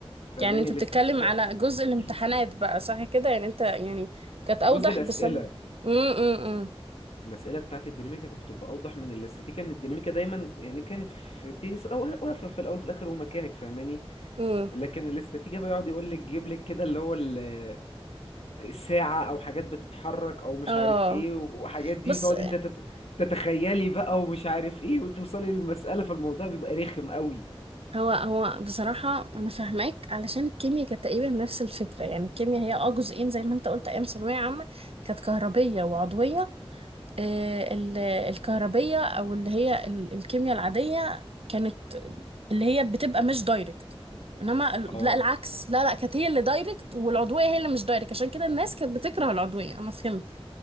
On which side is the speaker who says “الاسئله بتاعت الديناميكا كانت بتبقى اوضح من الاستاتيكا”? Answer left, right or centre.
Left